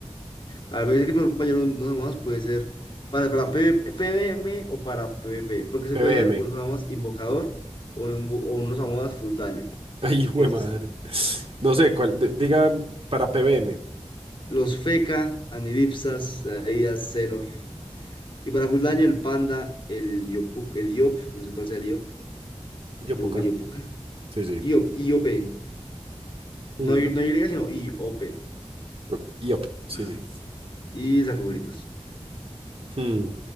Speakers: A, on the left; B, on the right.
A: A ver, me dice que el mejor compañero de un Osamudas puede ser para, para PV PvM o para PvP. Porque se
B: PBM.
A: puede ser un Osamudas invocador o un, bu- o un Osamudas full daño.
B: <laughs> Ay, hijo
A: ¿Qué
B: de
A: dices
B: madre.
A: tú?
B: No sé, cuál, d- diga para PBM.
A: Los Feca, Anidipsas, Saías, Celor. Y para full daño el Panda, el Yopuk, el Yop, no sé cuál sea el Yop.
B: Yopuca.
A: Digo que el Yopuka.
B: Sí, sí.
A: Iop, IOP.
B: Mm,
A: No, Y- no Y, sino IOP.
B: Yop, Yop, sí,
A: Bueno.
B: sí.
A: Y saco gritos.
B: Hmm.